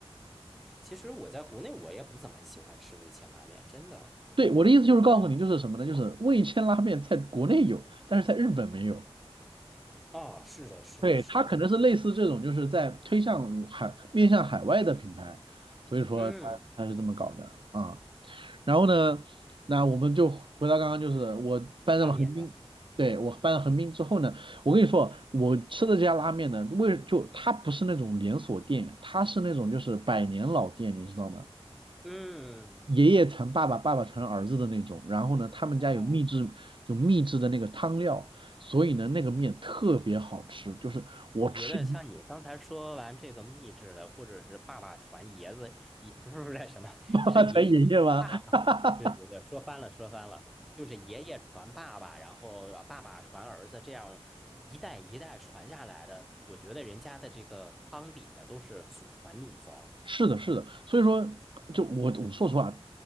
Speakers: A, in the centre; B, on the right.
A: 其实我在国内我也不怎么喜欢吃味千拉面，真的。
B: 对，我的意思就是告诉你，就是什么呢？就是味千拉面在国内有，但是在日本没有。
A: 啊，是的，是的，
B: 对，
A: 是的，
B: 它可能是类似这种，就是在推向海，面向海外的品牌，所以说它它是这么搞的啊。
A: 嗯，
B: 然后呢，那我们就回到刚刚，就是我搬到了横滨，
A: 拉面的，
B: 对，我搬到横滨之后呢，我跟你说，我吃的这家拉面呢，为就它不是那种连锁店，它是那种就是百年老店，你知道吗？
A: 嗯。
B: 爷爷传爸爸，爸爸传儿子的那种。然后呢，他们家有秘制，
A: 啊，
B: 有秘制的那个汤料，所以呢，那个面特别好吃，就是我吃一
A: 我觉得像你刚才说完这个秘制的，或者是爸爸传爷子，也不是不是什么，
B: <laughs>
A: 是爷爷爸爸。
B: 才爷爷吗？<laughs>
A: 对对对，说翻了说翻了，就是爷爷传爸爸，然后爸爸传儿子，这样一代一代传下来的。我觉得人家的这个汤底啊，都是祖传秘方。
B: 是的，是的，所以说，就我我说实话，